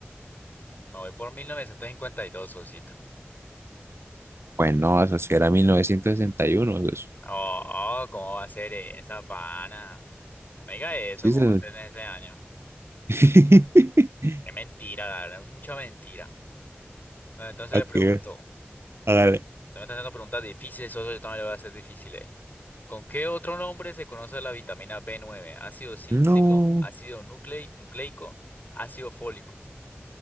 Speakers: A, on the left; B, on the right.
A: me voy por 1952 Sosito.
B: Pues no, eso sí era 1961. pues.
A: Oh, ¿cómo va a ser esa pana? No me diga eso,
B: Sí,
A: ¿cómo
B: se-
A: va a ser en ese año?
B: <laughs>
A: Es mentira, la verdad, es mucha mentira. Bueno, entonces
B: ¿A
A: le
B: qué?
A: pregunto,
B: Hágale.
A: Tú me estás haciendo preguntas difíciles, socio, yo también le voy a hacer difíciles. ¿Con qué otro nombre se conoce la vitamina b nueve? Ácido cítrico,
B: No,
A: ácido nuclei- nucleico, ácido fólico.